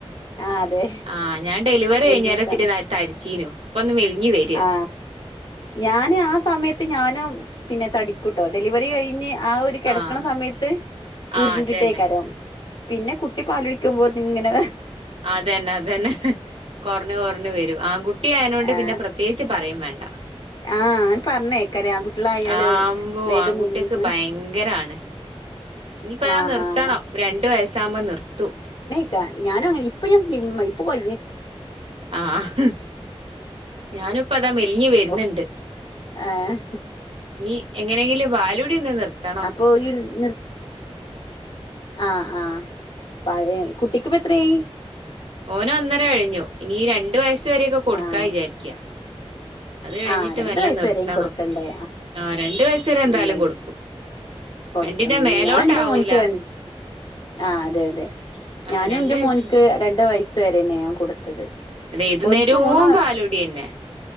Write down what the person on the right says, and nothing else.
ആ ഞാ ഡെലിവറി
കഴിഞ്ഞെരെ പിന്നെ തട് തടിച്ചീനു ഇപ്പൊന്ന് മെലിഞ്ഞ് വെര്
ആഹ്
ആഹ്
അതന്നെ
അത് ന്നെ അത് ന്നെ കൊർണ് കൊർണ് വെരും ആകുട്ടി ആയ്നോണ്ട്
പിന്നെ പ്രത്യേകി <unintelligible> പറയും വേണ്ടാ
ആമ്പോ
ആൺകുട്ടിയൾക്ക്
ഭയങ്കരാണ് ഇനിയിപ്പ അത്
നിർത്തണം
രണ്ട് വയസ്സാവുമ്പോ നിർത്തും
ആഹ്, ഞാനിപ്പതാ മെൽഞ്ഞ് വര്ന്ന്ണ്ട്
നീ എങ്ങനെയെങ്കിലും പാലുടി ഒന്ന് നിർത്തണം
ഓന് ഒന്നര കഴിഞ്ഞു, ഇനി ഈ രണ്ട് വയസ്സ് വരെയൊക്കെ കൊടുക്ക
വിചാരിക്ക അത് കഴിഞ്ഞ്ട്ട്
മെല്ലെ
നിർത്തണം.
ആഹ് രണ്ട് വയസ്സ് വരെ എന്താലും
കൊടുക്കും
രണ്ടിൻ്റെ മേലോട്ടാവൂല
ആഹ്
രണ്ട്
വയസ്സ്
ഇത് ഏത്
നേരോം
പാലുടിയന്നെ